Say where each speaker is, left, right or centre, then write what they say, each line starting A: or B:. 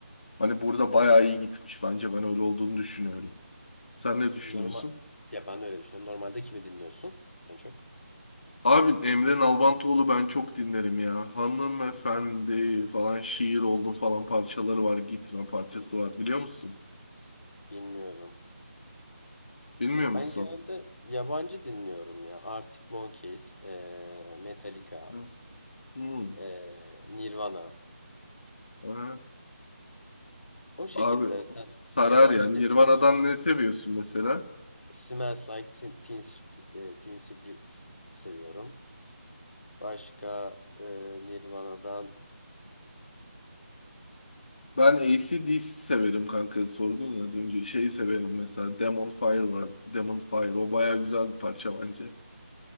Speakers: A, on the left; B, on the left.
A: Hani burada bayağı iyi gitmiş bence. Ben öyle olduğunu düşünüyorum. Sen ne düşünüyorsun?
B: Normal ya ben öyle düşünüyorum. Normalde kimi dinliyorsun en çok?
A: Abi Emre Nalbantoğlu ben çok dinlerim ya. Hanımefendi falan şiir oldum falan parçaları var. Gitme parçası
B: Hmm,
A: var biliyor musun?
B: bilmiyorum.
A: Bilmiyor
B: Ya
A: musun?
B: ben genelde yabancı dinliyorum ya. Arctic Monkeys, eee, Metallica,
A: Yok. Hmm.
B: eee, Nirvana.
A: Aha.
B: O şekilde
A: Abi
B: sen
A: sarar
B: yabancı
A: ya. Nirvana'dan
B: ne dinliyorsun?
A: ne seviyorsun mesela?
B: Smells Like Teen, Teen, Spirit- eee, Teen Spirit seviyorum. Başka eee, Nirvana'dan.
A: Ben AC/DC severim kanka. Sordun ya az önce. Şeyi severim mesela. Demon Fire var. Demon Fire. O baya güzel bir parça bence.